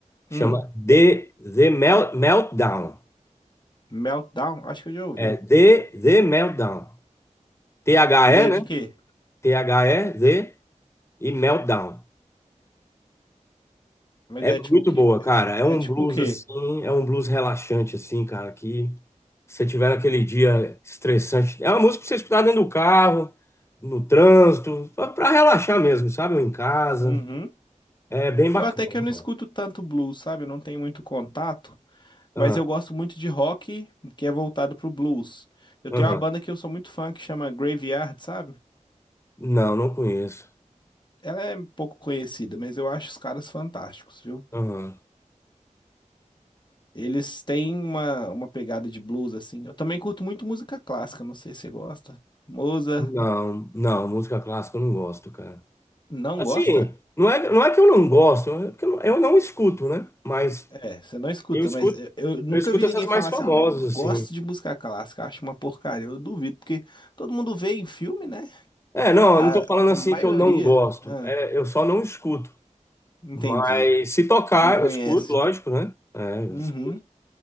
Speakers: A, on the left (about 20°); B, on the left (about 35°).
A: Chama
B: Hum,
A: The, The Mel- Meltdown.
B: Meltdown, acho que eu já ouvi.
A: É The, The Meltdown. T-H-E,
B: E é
A: né?
B: de quê?
A: T-H-E, The e Meltdown.
B: Mas
A: É
B: é
A: muito
B: tipo que...
A: boa,
B: É,
A: cara. É um
B: é tipo
A: blues
B: o quê?
A: assim, é um blues relaxante assim, cara, que se você tiver naquele dia estressante, é uma música pra você escutar dentro do carro, no trânsito, pra, pra relaxar mesmo, sabe? Ou em casa.
B: Uhum.
A: É bem bacana.
B: Eu até que
A: é bom.
B: eu não escuto tanto blues, sabe? Eu não tenho muito contato,
A: Ah,
B: mas eu gosto muito de rock que é voltado pro blues. Eu
A: aham.
B: tenho uma banda que eu sou muito fã que chama Graveyard, sabe?
A: Não, não conheço.
B: Ela é pouco conhecida, mas eu acho os caras fantásticos, viu?
A: Aham.
B: Eles têm uma, uma pegada de blues assim. Eu também curto muito música clássica, não sei se você gosta. Mozart,
A: Não, não, música clássica eu não gosto, cara.
B: não
A: Assim,
B: gosta?
A: não é, não é que eu não gosto, é porque eu não, eu não escuto, né? Mas
B: É, você não escuta,
A: eu escuto,
B: mas eu, eu nunca
A: eu escuto
B: vi
A: essas
B: ninguém falar
A: mais famosas
B: assim, ah, não gosto
A: assim.
B: de música clássica, acho uma porcaria. Eu duvido, porque todo mundo vê em filme, né?
A: É, não,
B: A,
A: eu não tô falando assim
B: a maioria.
A: que eu não gosto.
B: Ah,
A: É, eu só não escuto.
B: entendi.
A: Mas se tocar,
B: Não conhece.
A: eu escuto, lógico, né? É, eu
B: Uhum.
A: escuto.